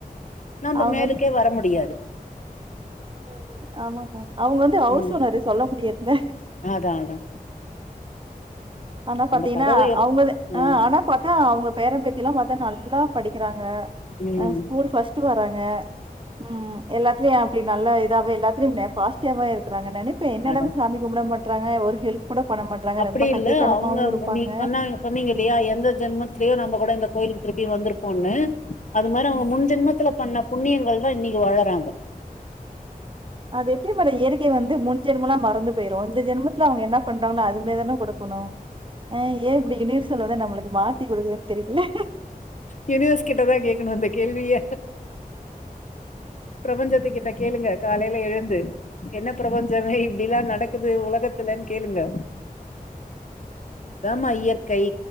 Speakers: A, on the left; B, on the right.
A: நம்ப
B: அவங்க
A: மேலுக்கே
B: வந்து
A: வர முடியாது
B: ம் ம் ஆமா மேம் அவுங்க வந்து ஹவுஸ்
A: ம்
B: ஓனரு சொல்ல முடியாதில்ல
A: அதா அதா
B: ஆனா பாத்தீங்கன்னா
A: நம்ம கதவு எப்
B: அவுங்கதா
A: ம்
B: ஆ ஆனா பாத்தா அவுங்க பேரே பேத்தி எல்லா பாத்தா நல்லா படிக்கிறாங் க
A: ம்
B: ஆ ஸ்கூல் ஃபர்ஸ்ட் வராங்க ம் எல்லாத்துலாயு அப்பி நல்லா இதாவே எல்லாத்துலையு நே பாசிட்டிவாவே இருக்குறாங்க நெனைப்பே என்னடா
A: அதா
B: இவுங் சாமி கும்பிட மாட்டறாங்க ஒரு ஹெல்ப் கூட பண்ண மாட்றாங்க.
A: அப்டி
B: ரொம்ப கஞ்சத்தனமாவும்
A: இல்ல அவுங்கவுங்க
B: இருப்பாங்க.
A: நீங்க சொன்னாங்க சொன்னீங்க இல்லையா எந்த ஜென்மத்திலேயோ நம்ம கூட இந்த கோயிலுக் திருப்பி வந்திருப்போன்னு அது மாரி அவுங்க
B: ம்.
A: முன் ஜென்மத்துல பண்ண புண்ணியங்கள் தா இன்னைக்கி வாழறாங்க
B: அது எப்டி மேடோ இயற்கை வந்து முன் ஜென்மம்லா மறந்து போயிரு இந்த ஜென்மத்துல அவுங்க என்னா பண்றாங்களோ அதுமாரி தானே குடுக்கோ கனு ஆ ஏ இப்படி யூனிவர்சல் வந்து நம்மளுக்கு மாத்தி குடுக்குதுன்னு தெரியலையே
A: யூனிவர்ஸ் கிட்ட தா கேக்கணு இந்த கேள்விய பிரபஞ்சத்துக்கு கிட்ட கேளுங்க காலையில எழுந்து என்ன பிரபஞ்சமே இப்டிலா நடக்குது உலகத்துல கேளுங்க அதுதாமா இயற்கை